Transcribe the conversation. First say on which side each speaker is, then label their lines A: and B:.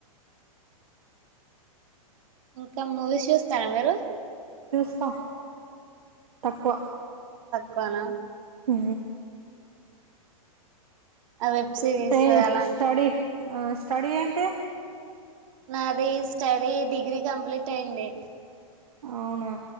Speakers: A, on the right; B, on the right.
A: ఇంకా మూవీస్ చూస్తారా మీరు
B: చూస్తా తకువ
A: కాణ
B: హ
A: ఆ వెబ్ సిరీస్
B: ఏ
A: అలాంటి
B: స్టడీ ఆ స్టడీ ఏంటి
A: నాది స్టడీ డిగ్రీ కంప్లీట్ అయి్యంది
B: అవునా